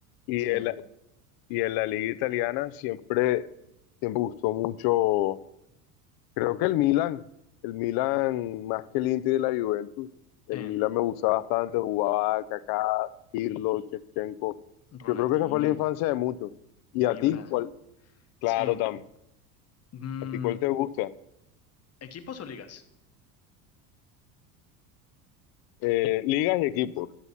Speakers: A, on the left; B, on the left.
A: Y
B: sí,
A: el, Y en la liga italiana siempre, siempre gustó mucho, creo que el Milan, el Milan más que el Inter y la Juventus, el
B: sí,
A: Milan me gustaba bastante, jugaba Kaká, Pirlo, Shevchenko.
B: Ronaldinho,
A: Yo creo que esa fue la infancia de muchos. ¿Y a
B: Ibra,
A: ti cuál? Claro,
B: sí.
A: también.
B: Mm,
A: ¿A ti cuál te gusta?
B: ¿equipos o ligas?
A: Eh, ligas y equipos,